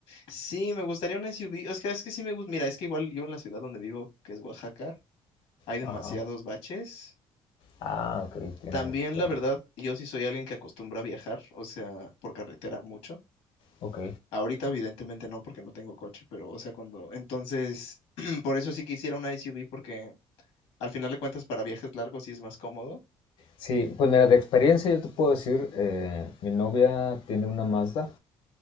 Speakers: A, on the left (about 80°); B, on the left (about 60°).
A: Sí, me gustaría una SUV. Es que es que sí me gusta. Mira, es que igual yo en la ciudad donde vivo, que es Oaxaca, hay demasiados
B: Ajá.
A: baches.
B: Ah, ok, tiene
A: También,
B: mucho que
A: la
B: dar.
A: verdad, yo sí soy alguien que acostumbra a viajar, o sea, por carretera mucho.
B: Ok.
A: Ahorita, evidentemente, no, porque no tengo coche, pero, o sea, cuando. Entonces, <clears throat> por eso sí quisiera una SUV, porque Al final de cuentas, para viajes largos sí es más cómodo.
B: Sí, pues mira, de experiencia yo te puedo decir, eh, mi novia tiene una Mazda,